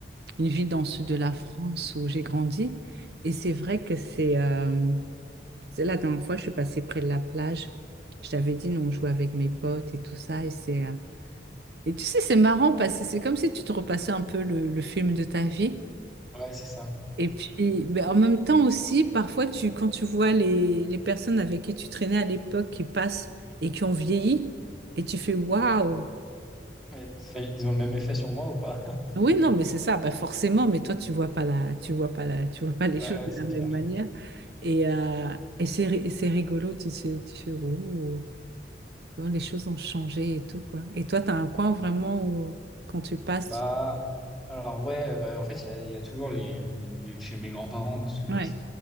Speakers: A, on the right; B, in the centre.
A: une ville dans le sud de la France où j'ai grandi. Et c'est vrai que c'est euh, c'est la dernière fois, je suis passée près de la plage. Je t'avais dit, nous, on jouait avec mes potes et tout ça. Et c'est euh, Et tu sais, c'est marrant parce que c'est comme si tu te repassais un peu le, le film de ta vie.
B: Ouais, c'est ça.
A: Et puis, mais en même temps aussi, parfois, tu, quand tu vois les, les personnes avec qui tu traînais à l'époque qui passent et qui ont vieilli, et tu fais waouh!
B: Ouais, c'est- Ils ont le même effet sur moi ou pas? <laughs>
A: Oui, non, mais c'est ça, bah forcément, mais toi, tu vois pas la, tu vois pas la, tu vois pas les
B: Ouais,
A: <laughs> choses de
B: ouais, c'est
A: la même
B: clair.
A: manière. Et, euh, et c'est ri- et c'est rigolo, tu, sais- tu fais oh, comment les choses ont changé et tout, quoi. Et toi, tu as un coin vraiment où, quand tu passes,
B: Bah, alors ouais, bah, en fait, il y a, il y a toujours les, les- les- chez mes grands-parents parce que
A: tu...
B: bah,
A: Ouais,
B: c'est